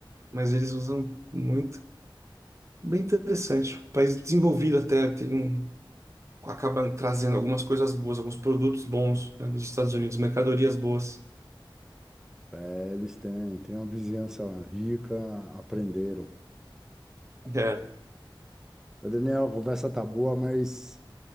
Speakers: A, on the right; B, in the centre.
A: mas eles usam muito. Bem interessante. Um País desenvolvido até, tem, um, acaba trazendo algumas coisas boas, alguns produtos bons, né, dos Estados Unidos, mercadorias boas.
B: É, eles têm, têm uma vizinhança rica, aprenderam.
A: É,
B: Ô, Daniel, a conversa tá boa, mas